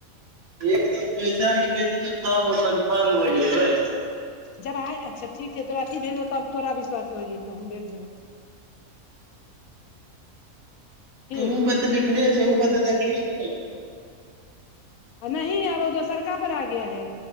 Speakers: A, on the right; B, on the left.
A: एक दिन पैसा निकलि जइतौ तब हम कन्फर्म हो जेबै।
B: जब आइ अच्छा ठीक छै तोरा अथी भेजबहो तब तोरा विश्वास हो जयतौ हम भेज देबौ। ठीक
A: ओ पर त लिखले छै ओ पर देखियौ।
B: नही अब ओ दोसरका पर आ गया है